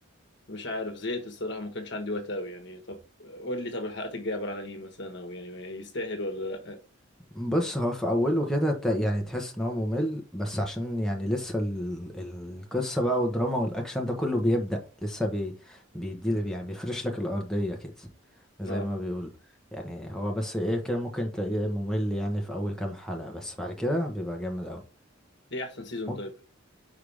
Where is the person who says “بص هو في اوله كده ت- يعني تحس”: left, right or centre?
Centre